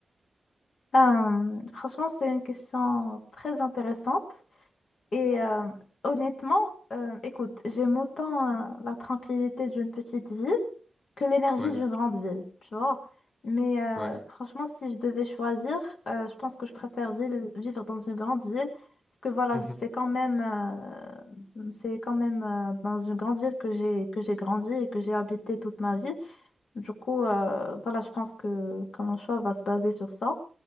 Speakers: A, on the left; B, on the left.
A: Euh, franchement, c'est une question très intéressante. Et euh, honnêtement, euh, écoute, j'aime autant euh, la tranquillité d'une petite ville que l'énergie
B: Ouais,
A: d'une grande ville, tu vois. Mais euh,
B: ouais.
A: franchement, si je devais choisir, euh, je pense que je préfère ville- vivre dans une grande ville. Parce que voilà,
B: mhm,
A: c'est quand même, euh, c'est quand même euh, dans une grande ville que j'ai que j'ai grandi et que j'ai habité toute ma vie. Du coup, euh, voilà, je pense que, que mon choix va se baser sur ça.